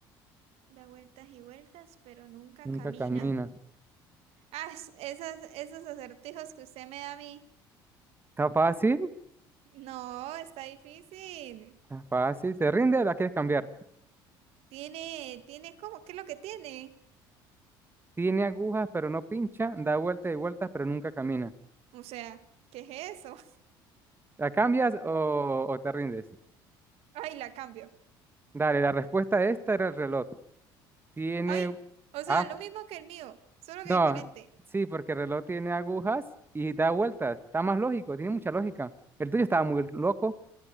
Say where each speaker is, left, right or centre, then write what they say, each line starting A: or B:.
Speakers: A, on the right; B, on the right.
A: Da vueltas y vueltas pero nunca
B: Nunca
A: camina.
B: camina.
A: Ah, es- esas, esos acertijos que usted me da a mí.
B: ¿Está fácil?
A: No, está difícil.
B: Está Fácil, se rinde, la quieres cambiar.
A: Tiene, tiene, ¿cómo? ¿Qué es lo que tiene?
B: Tiene agujas, pero no pincha, da vueltas y vueltas, pero nunca camina.
A: O sea, ¿qué es eso?
B: ¿La cambias o, o te rindes?
A: <laughs> Ay, la cambio.
B: Dale, la respuesta a esta era el reloj. Tiene...
A: Ay, o sea,
B: Ah,
A: lo mismo que el mío, solo
B: no,
A: que diferente.
B: sí, porque el reloj tiene agujas y da vueltas. Está más lógico, tiene mucha lógica. El tuyo estaba muy loco.